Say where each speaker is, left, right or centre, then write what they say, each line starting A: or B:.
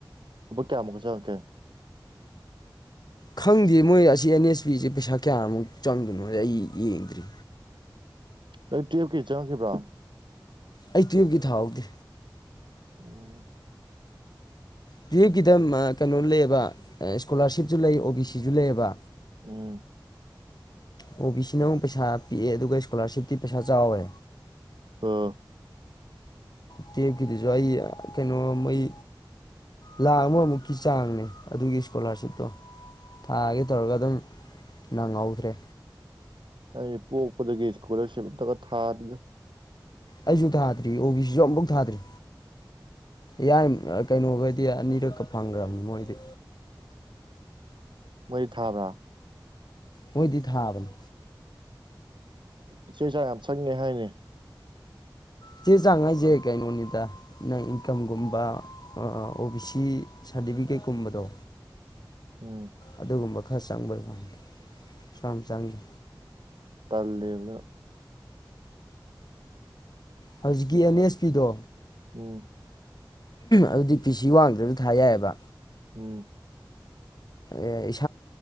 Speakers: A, on the right; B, on the left.
A: ꯂꯨꯄꯥ ꯀꯌꯥꯃꯨꯛꯀ ꯆꯪꯉꯛꯀꯦ꯫
B: ꯈꯪꯗꯦ ꯃꯣꯏ ꯑꯁꯤ ꯑꯦꯟ ꯑꯦꯁ ꯄꯤꯁꯦ ꯄꯩꯁꯥ ꯀꯌꯥꯃꯨꯛ ꯆꯪꯗꯣꯏꯅꯣ ꯍꯥꯏ ꯑꯩ ꯌꯦꯡꯗ꯭ꯔꯤ꯫
A: ꯅꯪ ꯇ꯭ꯋꯦꯜꯞꯀꯤ ꯆꯪꯉꯛꯈꯤꯕ꯭ꯔꯣ꯫
B: ꯑꯩ ꯇ꯭ꯋꯦꯜꯞꯀꯤ ꯊꯥꯍꯧꯗꯦ꯫
A: ꯎꯝ
B: ꯇꯨꯋꯦꯜꯞꯀꯤꯗ ꯀꯩꯅꯣ ꯂꯩꯌꯦꯕ ꯏꯁ꯭ꯀꯣꯂꯔꯁꯤꯞꯁꯨ ꯂꯩ ꯑꯣ_ꯕꯤ_ꯁꯤ ꯁꯨ ꯂꯩꯌꯦꯕ꯫
A: ꯎꯝ꯫
B: ꯑꯣ_ꯕꯤ_ꯁꯤ ꯅ ꯑꯃꯨꯛ ꯄꯩꯁꯥ ꯄꯤꯛꯑꯦ ꯑꯗꯨꯒ ꯏꯁ꯭ꯀꯣꯂꯔꯁꯤꯞꯇꯤ ꯄꯩꯁꯥ ꯆꯥꯎꯋꯦ꯫
A: ꯑꯥ꯫
B: ꯇ꯭ꯋꯦꯞꯀꯤꯗꯨꯁꯨ ꯑꯩ ꯀꯩꯅꯣ ꯃꯩ ꯂꯥꯛ ꯑꯃꯃꯨꯛꯀꯤ ꯆꯥꯡꯅꯦ ꯑꯗꯨꯒꯤ ꯏꯁꯀꯣꯂꯔꯁꯤꯞꯇꯣ ꯊꯥꯒꯦ ꯇꯧꯔꯒ ꯑꯗꯨꯝ ꯅꯪꯍꯧꯗ꯭ꯔꯦ꯫
A: ꯑꯩ ꯄꯣꯛꯄꯗꯒꯤ ꯏꯁꯀꯣꯂꯔꯁꯤꯞ ꯑꯝꯇꯒ ꯊꯥꯗꯦꯗ꯫
B: ꯑꯩꯁꯨ ꯊꯥꯗ꯭ꯔꯤ ꯑꯣ_ꯕꯤ_ꯁꯤ ꯁꯨ ꯑꯃꯝꯐꯥꯎ ꯊꯥꯗ꯭ꯔꯤ ꯌꯥꯏꯝ ꯀꯩꯅꯣꯒꯗꯤ ꯑꯅꯤꯔꯛꯀ ꯐꯪꯒ꯭ꯔꯕꯅꯤ ꯃꯣꯏꯗꯤ꯫
A: ꯃꯣꯏ ꯊꯥꯕ꯭ꯔ꯫
B: ꯃꯣꯏꯗꯤ ꯊꯥꯕꯅꯤ꯫
A: ꯏ ꯆꯦ ꯆꯥꯡ ꯌꯥꯝ ꯆꯪꯉꯦ ꯍꯥꯏꯅꯦ꯫
B: ꯆꯦ ꯆꯥꯡ ꯍꯥꯏꯖꯦ ꯀꯩꯅꯣꯅꯤꯗ ꯅꯪ ꯏꯟꯀꯝꯒꯨꯝꯕ ꯑꯥ ꯑꯣ_ꯕꯤ_ꯁꯤ ꯁꯥꯔꯇꯤꯐꯤꯀꯦꯠꯀꯨꯝꯕꯗꯣ꯫
A: ꯎꯝ꯫
B: ꯑꯗꯨꯒꯨꯝꯕ ꯈꯔ ꯆꯪꯕꯩ ꯋꯥꯅꯤꯗ ꯀꯩꯁꯨ ꯌꯥꯝ ꯆꯪꯗꯦ꯫
A: ꯇꯜꯂꯤꯅ꯫
B: ꯍꯧꯖꯤꯛꯀꯤ ꯑꯦꯟ_ꯑꯦꯁ_ꯄꯤ ꯗꯣ꯫
A: ꯎꯝ꯫
B: ꯑꯗꯨꯗꯤ ꯄꯤ_ꯁꯤ ꯋꯥꯡꯗ꯭ꯔꯁꯨ ꯊꯥ ꯌꯥꯏꯌꯦꯕ꯫
A: ꯎꯝ꯫
B: ꯑꯦ